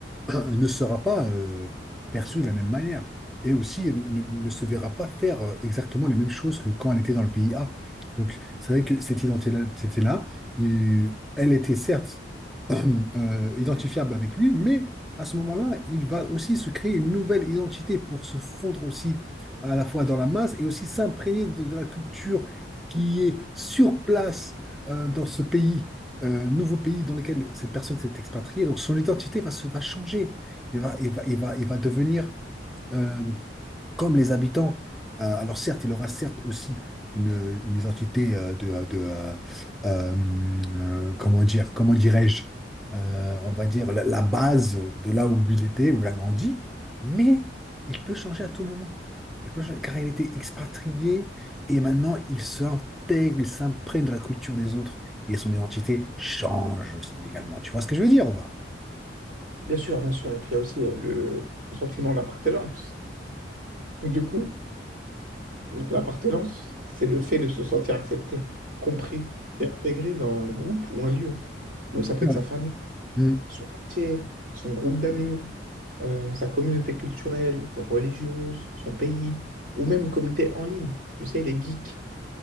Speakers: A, in the centre; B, on the right.
A: <clears throat> ne sera pas euh, perçue de la même manière. Et aussi, elle ne, ne se verra pas faire euh, exactement les mêmes choses que quand elle était dans le pays A. Donc, c'est vrai que cette identité-là, c'était là, il- elle était certes <clears throat> euh, identifiable avec lui, mais à ce moment-là, il va aussi se créer une nouvelle identité pour se fondre aussi à la fois dans la masse et aussi s'imprégner de, de la culture qui est sur place euh, dans ce pays, euh, nouveau pays dans lequel cette personne s'est expatriée. Donc son identité va se va changer. Il va, il va, il va, il va devenir euh, comme les habitants, euh, alors certes, il aura certes aussi une, une identité euh, de, de euh, euh, euh, comment dire, comment dirais-je, Euh, on va dire la, la base de là où il était, où il a grandi, mais il peut changer à tout moment. Il peut changer, car il était expatrié et maintenant il s'intègre, il s'imprègne de la culture des autres et son identité change aussi également. Tu vois ce que je veux dire ou pas?
B: Bien sûr, bien sûr. Et puis il y a aussi euh, le, le sentiment d'appartenance. Du coup, donc l'appartenance, c'est le fait de se sentir accepté, compris et intégré dans un groupe ou un lieu. Donc ça peut
A: Ouais.
B: être sa famille.
A: Mm.
B: son quartier, son groupe d'amis, euh, sa communauté culturelle, religieuse, son pays, ou même une communauté en ligne. Tu sais, les geeks,